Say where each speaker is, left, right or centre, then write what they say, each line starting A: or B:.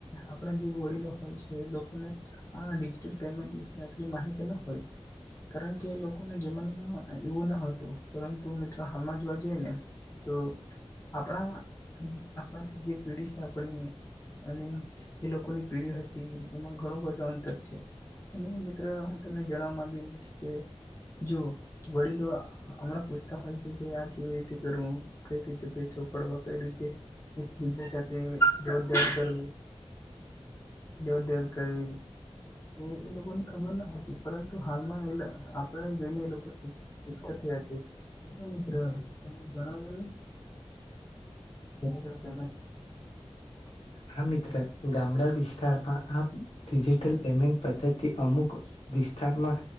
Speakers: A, on the left; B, on the left.
A: આપણા જીવ ઓળ લો હોય છે લોકોને આ ડિજિટલ પેમેન્ટ આટલી માહિતી ન હોય કારણ કે એ લોકોના જમાનામાં એવું ન હતું તું મિત્રો હાલમાં જોવા જઈ ને તો આપણા આપણાથી જે પેઢી છે આપણી અને એ લોકોની પીઢી હતી એમાં ઘણો બધો અંતર છે અને મિત્ર તને જણાવા માંગુ કે જો વડીલો હમણાં પૂછતા હોય છે કે આ કેવી રીતે કરવું કઈ રીતે તો ઉપાડવા કઈ રીતે? એક બીજા સાથે દોડ-દોડ કરવી. દોડ-દોડ કરવી એ એ લોકોને ખબર ના હોય. એ પરંતુ હાલમાં એલે આ પણ જોઈને એ લોકો થી એકજ છે તે મિત્ર તમેને જાણાવેલુ. <unintelligible>
B: હા મિત્ર ગામડા વિસ્તારમાં આ ડિજિટલ પેમેન્ટ પદ્ધતિથી અમુક <inaudible> વિસ્તારમાં